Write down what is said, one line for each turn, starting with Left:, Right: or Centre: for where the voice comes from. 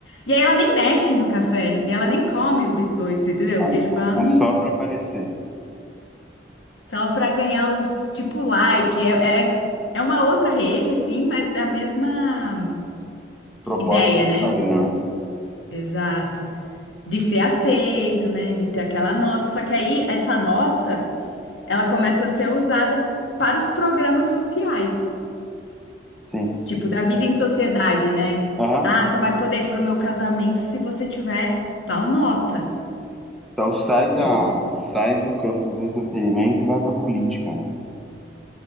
Left: E aí ela nem mexe no café, e ela nem come o biscoito, você entendeu?
Centre: Olha
Left: Porque
Centre: só,
Left: tipo, ela,
Centre: é
Left: hum,
Centre: só para aparecer.
Left: só pra ganhar os tipo like. É, é, é uma outra rede assim, mas da mesma
Centre: Proposta
Left: ideia,
Centre: do Instagram.
Left: né? Exato. De ser aceito, né? De ter aquela nota. Só que aí essa nota. ela começa a ser usada para os programas sociais,
Centre: Sim.
Left: tipo da vida em sociedade, né?
Centre: Aham.
Left: Ah, só vai poder ir pro meu casamento se você tiver tal nota.
Centre: Então sai
Left: Você
Centre: da,
Left: entendeu?
Centre: sai do campo do entretenimento e vai para política, né?